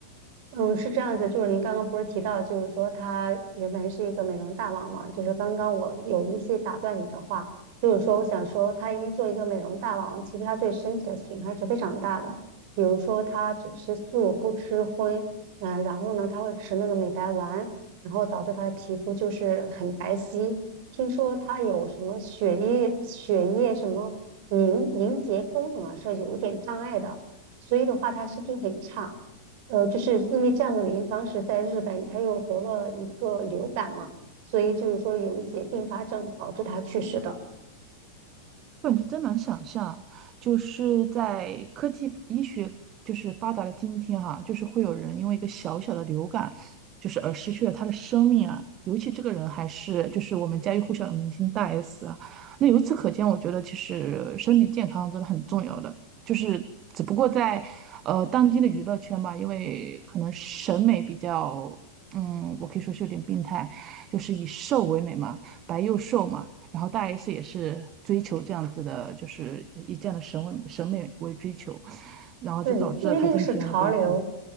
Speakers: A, on the right; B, on the right.
A: 嗯，是这样子，就是您刚刚不是提到，就是说他原本是一个美容大王嘛，就是刚刚我有一些打断你的话，就是说我想说，他因为做一个美容大王，其实他对身体的损害是非常大的。比如说他只吃素不吃荤，嗯、然后呢他会吃那个美白丸，然后导致他的皮肤就是很白皙。听说他有什么血液血液什么凝凝结功能啊是有一点障碍的，所以的话他身体很差。呃，就是因为这样的原因，当时在日本他又得了一个流感嘛，所以就是说有一些并发症导致他去世的。
B: 我感觉真难想象，就是在科技医学就是发达的今天哈、就是会有人因为一个小小的流感，就是而失去了他的生命啊。尤其这个人还是就是我们家喻户晓的明星大 S 啊。那由此可见，我觉得其实身体健康真的很重要的，就是只不过在呃当今的娱乐圈嘛，因为可能审美比较，嗯，我可以说是有点病态，就是以瘦为美嘛，白又瘦嘛。然后大 S 也是追求这样子的，就是以这样的审美审美为追求，然后就导致了她今天的悲剧。
A: 对，因为那个是潮流，